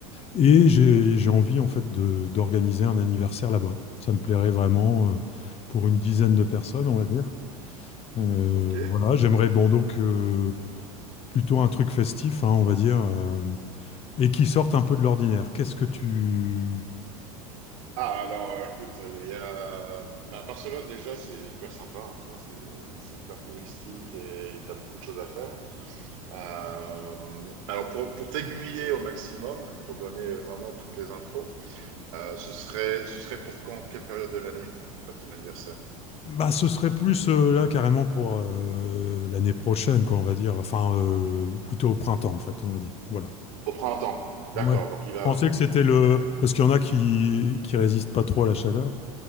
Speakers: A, on the left; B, on the right.
A: Et j'ai j'ai envie, en fait, de- d'organiser un anniversaire là-bas. Ça me plairait vraiment euh, pour une dizaine de personnes, on va dire. Euh,
B: Ok.
A: voilà, j'aimerais, bon, donc, euh, plutôt un truc festif, hein, on va dire, euh, et qui sorte un peu de l'ordinaire. Qu'est-ce que tu
B: Ah, alors, euh, écoute, euh, il y a... bah, Barcelone, déjà, c'est hyper sympa, hein, tu vois, c'est c'est hyper touristique et t'as beaucoup de choses à faire. Euh, alors, pour, pour t'aiguiller au maximum et pour donner vraiment toutes les infos, euh, ce serait, ce serait pour quand? Quelle période de l'année, en fait, ton anniversaire?
A: Bah, ce serait plus euh, là carrément pour euh, l'année prochaine, quoi, on va dire. Enfin, euh, plutôt au printemps, en fait, on va dire. Voilà.
B: Au printemps. D'accord,
A: Ouais.
B: donc il va...
A: Je pensais que c'était le... Parce qu'il y en a qui, qui résistent pas trop à la chaleur,